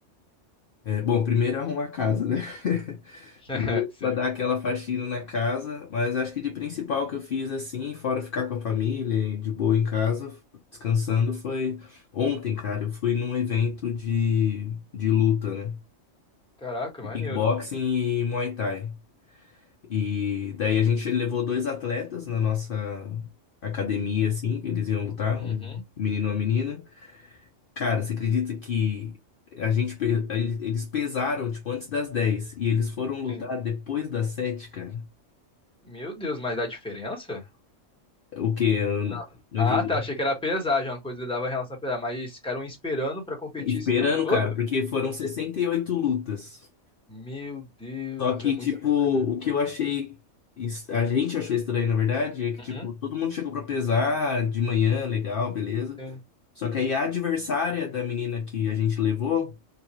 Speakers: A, on the left; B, in the centre.
A: É, bom, primeiro é arrumar a casa, né? <laughs>
B: <laughs>
A: Primeiro
B: É, sério.
A: pra dar aquela faxina na casa, mas acho que de principal que eu fiz assim, fora ficar com a família, e de boa em casa, descansando, foi ontem, cara. Eu fui num evento de, de luta, né?
B: Caraca,
A: Kickboxing
B: maneiro.
A: e Muay Thai. E daí a gente levou dois atletas na nossa academia, assim, que eles iam lutar,
B: Uhum.
A: um menino e uma menina. Cara, você acredita que a gente, pe- ele- eles pesaram, tipo, antes das 10 e eles foram lutar
B: Tem.
A: depois das sete cara?
B: Meu Deus, mas dá diferença?
A: O quê? Eu
B: Não.
A: não não
B: Ah,
A: entendi.
B: tá. Achei que era pesar, já uma coisa que dava relação a pesar. Mas ficaram esperando pra competir
A: Esperando,
B: esse tempo todo?
A: cara, porque foram 68 lutas.
B: Meu Deus,
A: Só que,
B: é muita
A: tipo, o
B: coisa.
A: que eu achei. es- A gente achou estranho, na verdade, é que,
B: Uhum.
A: tipo, todo mundo chegou pra pesar de manhã, legal, beleza.
B: Sim.
A: Só que aí a adversária da menina que a gente levou,